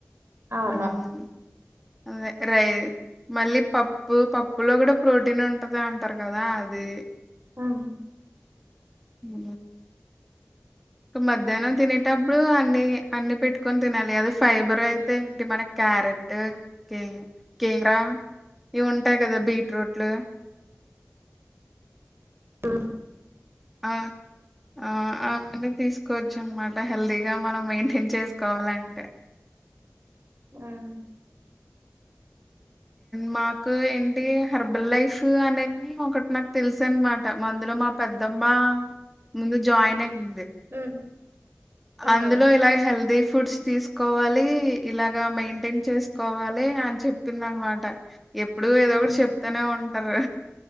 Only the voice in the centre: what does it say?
ఉమ్ అదే రై మళ్ళీ పప్పు పప్పులో కూడా ప్రోటీన్ ఉంటది అంటారు కదా అది
ఉ ఇక మధ్యాహ్నం తినేటప్పుడు అన్ని అన్ని పెట్టుకొని తినాలి అది ఫైబర్ అయితే వట్టి క్యారెట్ కే కీర ఇవి ఉంటాయి కదా బీట్రూట్లు
అహ్ అహ్ అవన్నీ తీసుకోవచ్చు అన్నమాట హెల్దీగా మనం మెయింటైన్ చేస్ కోవాలంటే
మాకు ఏంటి హర్బల్ లైఫ్ అనేది ఒకటి నాకు తెలుసు అన్నమాట మందులో మా పెద్దమ్మ ముందు జాయిన్ అయింది
అందులో ఇలాగ హెల్దీ ఫుడ్స్ తీసుకోవాలి ఇలాగా మెయింటైన్ చేస్ కోవాలి అని చెప్పింది అన్నమాట ఎప్పుడు ఏదో
ఒకటి చెప్ తనే ఉంటారు